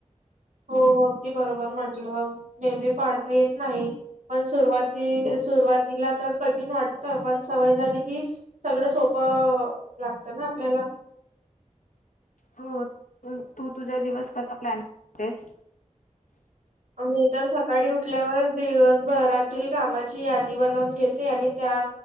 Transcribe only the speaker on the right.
हो अगदी बरोबर म्हटलं नेहमी पाडता येत नाही. पण सुरुवाती सुरुवातीला तर कठीण वाटत पण सवय झाली की सगळं सोपं अ लागतं ना आपल्याला.
मी तर सकाळी उठल्यावर दिवसभरातील कामाची यादी बनवून घेते आणि त्या